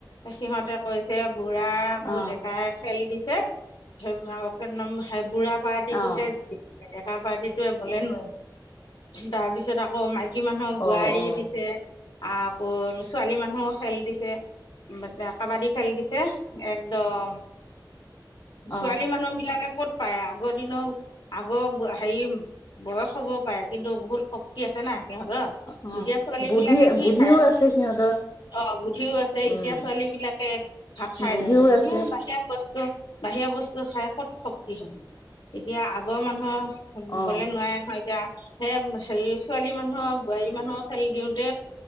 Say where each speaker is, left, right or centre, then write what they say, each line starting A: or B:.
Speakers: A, on the left (about 80°); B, on the left (about 50°).
A: সিহঁতে কৈছে! বুঢ়া আও
B: অ
A: ডেকাই খেল দিছে। সেইবোৰ আও এক নম্বৰ বুঢ়া পাৰ্টিটোহে
B: অ
A: জিকি এতিয়া? ডেকা পাৰ্টিটোৱে বলেই নোৱাৰিলে। তাৰপিছত, আকৌ মাইকী মাইকী মানুহক
B: অ
A: বোৱাৰী
B: অ
A: দিছে। আকৌ, ছোৱালী মানুহ খেল দিছে। কাবাডী খেল দিছে। একদম ছোৱালী
B: অ অ
A: মানুহ বিলাকে ক'ত পায়। আগৰ দিন আগৰ হেৰি বয়স হ'ব পাৰে। কিন্তু, বহুত শক্তি আছে না। সিহঁত।
B: অ
A: এতিয়া ছোৱালী
B: বুদ্ধি
A: বিলাকে কি
B: বুদ্ধিও
A: খাই,
B: আছে সিহঁতৰ
A: অ'! বুদ্ধিও আছে।
B: উম
A: এতিয়া ছোৱালী বিলাকে ভাত খাই
B: বুদ্ধিও
A: জানোঁ? ধুনীয়া
B: আছে
A: বাহিৰা ব বাহিৰা বস্তু খাই ক'ত শক্তি হ'ব। এতিয়া আগৰ মানুহৰ
B: অ
A: বলে নোৱাৰে নহয় এতিয়া। সে, হেৰি ছোৱালী মানুহৰ বোৱাৰী মানুহক খেল দিওঁতে,